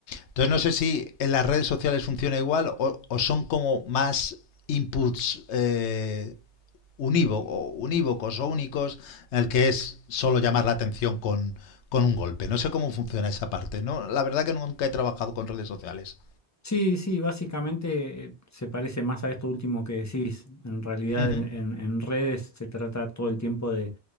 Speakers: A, on the left (about 85°); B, on the left (about 20°).
A: Entonces no sé si en las redes sociales funciona igual o, o son como más inputs eh, unívoco unívocos o únicos en el que es solo llamar la atención con, con un golpe. No sé cómo funciona esa parte. No, la verdad que nunca he trabajado con redes sociales.
B: Sí, sí, básicamente eh, se parece más a esto último que decís. En realidad
A: Ujú.
B: en, en- en redes se trata todo el tiempo de